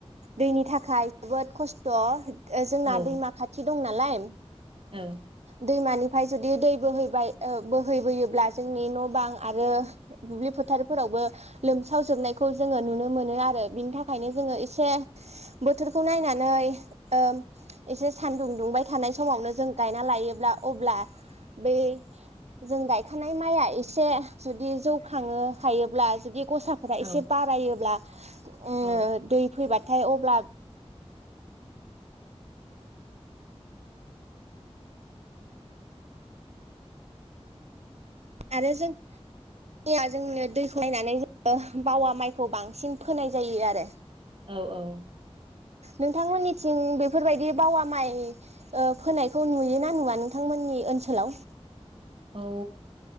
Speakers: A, on the right; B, on the right.
A: दैनि थाखाय जोबोद खस्थ' जोंना
B: औ
A: दैमा खाथि दं नालाय
B: औ
A: दैमानिफ्राय जुदि दै बोहैबाय ओ बोहैबोयोब्ला जोंनि न' बां आरो दुब्लि फोथारफोरावबो लोमसावजोबनायखौ जोङो नुनो मोनो आरो बिनि थाखायनो जोङो एसे बोथोरखौ नायनानै ओ एसे सानदुं दुंबाय थानाय समावनो जों गायना लायोब्ला अब्ला बै जों गायखानाय माइआ एसे जुदि जौ खाङो हायोब्ला जुदि गसाफोरा
B: औ
A: एसे बारायोब्ला ओ
B: औ
A: दै फैबा थाय अब्ला आरो जोंनिया जोंनो दैखौ नायनानै जोङो बावा माइखौ बांसिन फोनाय जायो आरो
B: औ औ
A: नोंथांमोननिथिं बेफोरबायदि बावा माइ ओ फोनायखौ नुयोना नुवा नोंथांमोननि ओनसोलाव
B: औ